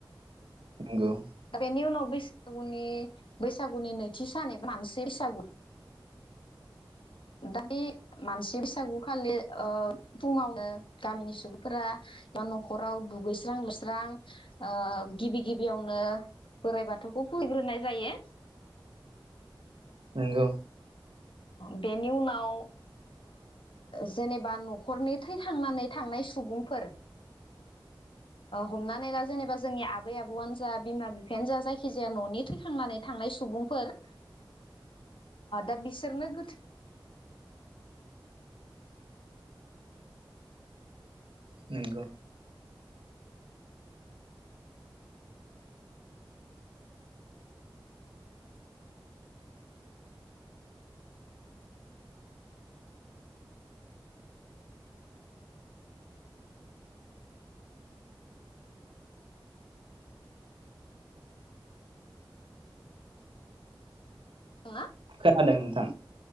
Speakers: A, on the right (about 85°); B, on the left (about 80°).
A: नंगौ
B: दा बेनि उनाव बैसागुनि बैसागुनि नैथि सान एबा मानसि बैसागु दा बे मानसि बैसागु खालि फुङावनो गामिनि सुबुंफोरा बा न'खराव दुगैस्रां लुस्रां गिबि गिबियावनो बोराइ बाथौखौ फहैग्रोनाय जायो
A: नंगौ
B: बेनि उनाव जेनेबा न'खरनि थै थांनानै थांनाय सुबुंफोर हमनानै दा जेनेबा जोंनि आबै आबौआनो जा बिमा बिफायानो जा जायखिजाया न'नि थैखांनानै थांनाय सुबुंफोर दा बिसोरनो गोथौ
A: नंगौ
B: नंआ
A: खोनादों नोंथां